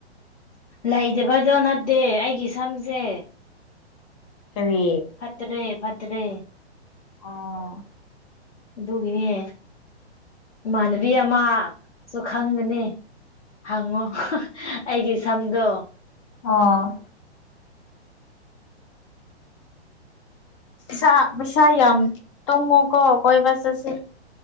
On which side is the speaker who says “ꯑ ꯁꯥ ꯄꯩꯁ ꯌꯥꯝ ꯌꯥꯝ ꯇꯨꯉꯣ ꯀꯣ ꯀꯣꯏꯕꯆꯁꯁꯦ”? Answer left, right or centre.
Left